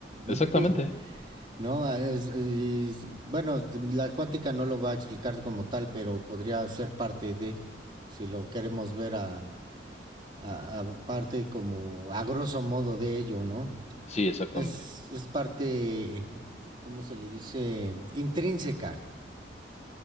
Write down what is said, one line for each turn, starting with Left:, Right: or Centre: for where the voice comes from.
Right: <laughs>
Left: Exactamente,
Right: No, Ah, es- y- bueno, la cuántica no lo va a explicar como tal, pero podría ser parte de, si lo queremos ver a, a- a parte como a grosso modo de ello, ¿no?
Left: sí, exactamente.
Right: Es, es parte, ¿cómo se le dice? Intrínseca.